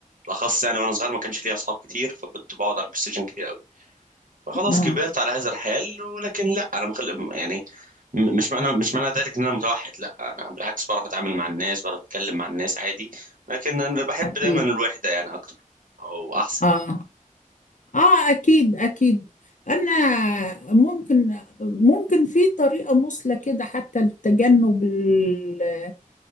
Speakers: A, on the right; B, on the left.
A: بالاخص يعني وانا صغير ما كانش ليا اصحاب كتير فكنت بقعد على البلاي ستيشن كتير خلاص
B: آه.
A: كبرت على هذا الحال ولكن لا انا مخل... يعني م- مش معنى مش معنى ذلك ان انا متوحد لا انا بالعكس بعرف اتعامل مع الناس بعرف اتكلم مع الناس عادي لكن انا بحب
B: اكيد
A: دايما الوحده يعني اكتر او احسن
B: اه اه اكيد اكيد انا ممكن ممكن في طريقه مثلى كده حتى لتجنب ال-